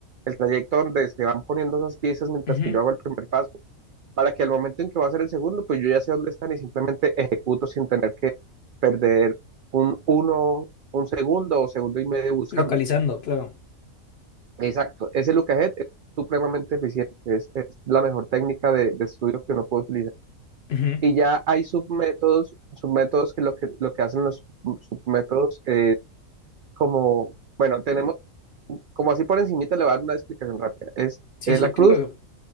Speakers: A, on the right; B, on the left.
A: el trayecto donde se van poniendo esas piezas mientras
B: Ujú,
A: que yo hago el primer paso, para que al momento en que va a ser el segundo, pues yo ya sé dónde están y simplemente ejecuto sin tener que perder un uno, un segundo o segundo y medio buscándolo.
B: Localizando, claro.
A: Exacto, ese look ahead es supremamente eficiente, es, es la mejor técnica de, de estudio que uno puede utilizar.
B: Ujú,
A: Y ya hay submétodos, submétodos que lo que, lo que hacen los sub- submétodos es como, bueno, tenemos, como así por encimita le voy a dar una explicación rápida, es,
B: Sí,
A: es
B: sí,
A: la cruz
B: claro.